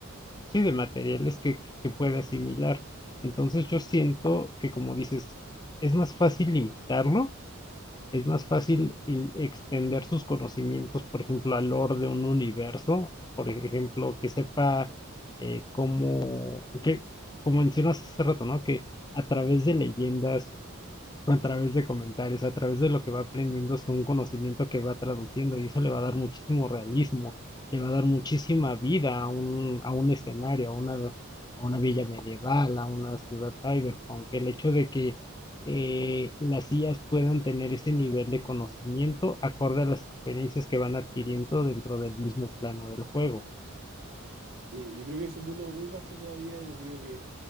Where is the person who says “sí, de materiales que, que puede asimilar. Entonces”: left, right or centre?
Left